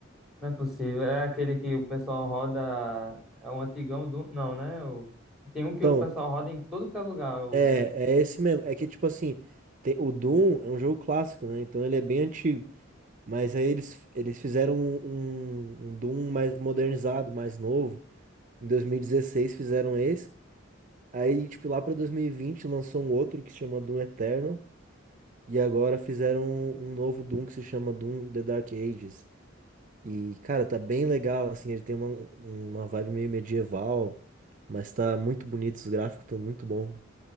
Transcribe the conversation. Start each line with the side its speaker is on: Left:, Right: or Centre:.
Centre: Não é possível. É aquele que o pessoal roda. É um antigão do. Não, né? O... Tem um que
Right: Então,
Centre: o pessoal roda em todo que é lugar, o
Right: é,
Centre: Doom.
Right: é esse mesmo. É que, tipo assim, tem, o Doom é um jogo clássico, né? Então ele é bem antigo. Mas aí eles, eles fizeram um, um, um Doom mais modernizado, mais novo. Em 2016 fizeram esse. Aí, tipo, lá pra 2020 lançou um outro que se chama Doom Eternal. E agora fizeram um, um novo Doom que se chama Doom The Dark Ages. E, cara, tá bem legal, assim, ele tem uma, uma vibe meio medieval, mas tá muito bonito, os gráficos estão muito bom.